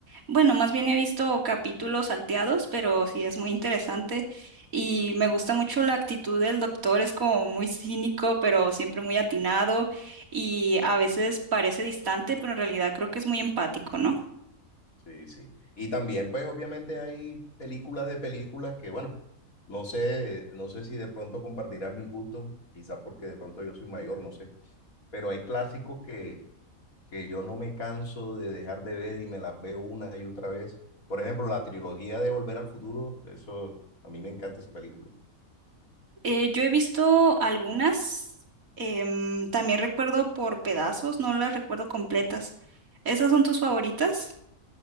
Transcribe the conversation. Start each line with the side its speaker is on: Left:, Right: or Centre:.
Right: Bueno, más bien he visto capítulos salteados, pero sí es muy interesante y me gusta mucho la actitud del doctor. Es como muy cínico, pero siempre muy atinado y a veces parece distante, pero en realidad creo que es muy empático, ¿no?
Left: Sí, sí. Y también, pues, obviamente hay películas de películas que, bueno, no sé, no sé si de pronto compartirás mi gusto, quizás porque de pronto yo soy mayor, no sé. pero hay clásicos que, que yo no me canso de dejar de ver y me las veo una y otra vez. Por ejemplo, la trilogía de Volver al Futuro, eso, a mí me encanta esa película.
Right: Eh, yo he visto algunas, em, también recuerdo por pedazos, no las recuerdo completas. ¿Esas son tus favoritas?